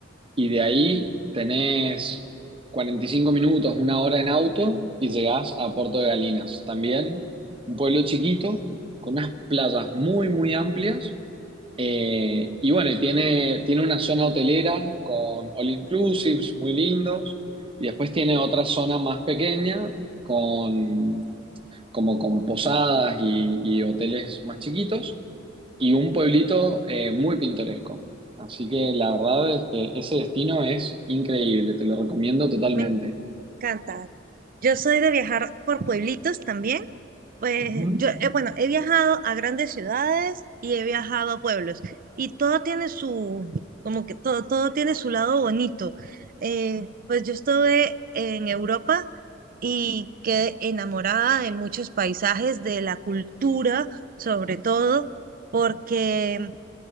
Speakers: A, on the right; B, on the right.
A: y de ahí tenés 45 minutos, una hora en auto y llegás a Puerto de Galinas. También un pueblo chiquito con unas playas muy, muy amplias. Eh, y bueno, y tiene, tiene una zona hotelera con all inclusives muy lindos. Y después tiene otra zona más pequeña con, como con posadas y y hoteles más chiquitos y un pueblito eh, muy pintoresco. Así que la verdad es que ese destino es increíble, te lo recomiendo totalmente.
B: me encanta. Yo soy de viajar por pueblitos también. Pues
A: Ujú.
B: yo, eh, bueno, he viajado a grandes ciudades y he viajado a pueblos. Y todo tiene su, como que todo, todo tiene su lado bonito. Eh, pues yo estuve en Europa y quedé enamorada de muchos paisajes, de la cultura, sobre todo, porque